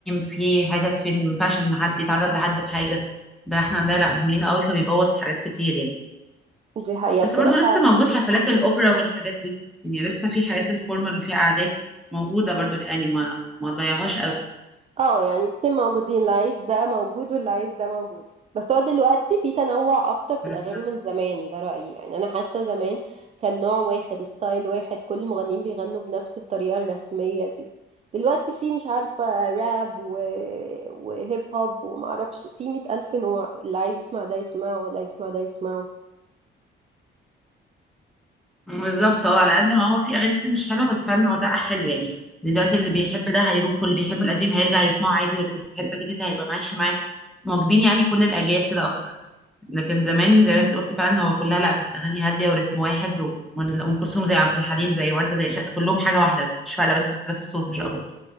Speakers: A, in the centre; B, on the right.
A: في حتت فين ما ينفعش ان حد يتعرض لحد بحاجه ده احنا عندنا لا مهملين قوي فبيبوظ حاجات كتير يعني
B: دي حقيقة
A: بس
B: بصراحة
A: برضو لسه موجود حفلات الاوبرا والحاجات دي يعني لسه في حاجات الفورمال اللي فيها قعدات موجوده برضو الحقيقة يعني ما ما ضيعهاش
B: اه يعني الاتنين موجودين اللي عايز ده موجود واللي عايز ده موجود بس هو دلوقتي في تنوع اكتر في
A: قوي
B: الاغاني من زمان ده رأيي يعني انا حاسة زمان كان نوع واحد ستايل واحد كل المغنيين بيغنوا بنفس الطريقة الرسمية دي دلوقتي في مش عارفة راب و... وهيب هوب ومعرفش في مئة ألف نوع اللي عايز يسمع ده يسمعه واللي عايز يسمع ده يسمعه
A: بالظبط هو على قد ما هو في اغاني كتير مش حلوه بس فعلا هو ده حلو يعني دلوقتي اللي بيحب ده هيروح واللي بيحب القديم هيرجع يسمعه عادي واللي بيحب الجديد هيبقى ماشي معاه مواكبين يعني كل الاجيال كده اكتر لكن زمان زي ما انت قلتي فعلا هو كلها لا كانت اغاني هاديه ورتم واحد و- ام كلثوم زي عبد الحليم زي ورده زي شق كلهم حاجه واحده مش فارقه بس اختلاف الصوت مش اكتر